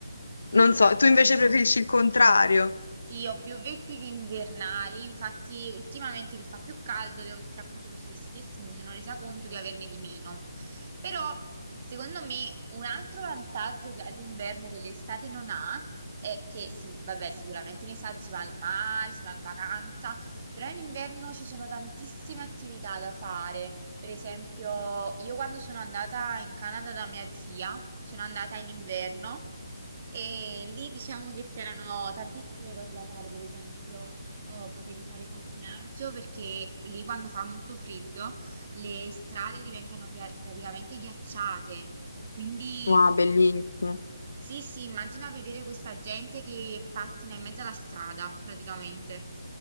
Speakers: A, on the right; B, on the left.
A: Sì,
B: Non so,
A: allora,
B: tu invece
A: eh,
B: preferisci il contrario.
A: sì, ho più vestiti invernali, infatti ultimamente che fa più caldo devo mettere appunto questi vestiti estivi, mi sono resa conto di averne di meno. Però, secondo me, un altro vantaggio che ha l'inverno che l'estate non ha è che, sì, vabbè, sicuramente in estate si va al mare, si va in vacanza, però in inverno ci sono tantissime attività da fare. Per esempio, io quando sono andata in Canada da mia zia, sono andata in inverno e lì diciamo che c'erano tantissime cose da fare, per esempio, eh, potevi fare pattinaggio perché lì quando fa molto freddo le strade diventano pia- praticamente ghiacciate. Quindi
B: Wow,
A: tu,
B: bellissimo.
A: sì, sì, immagina vedere questa gente che pattina in mezzo alla strada, praticamente,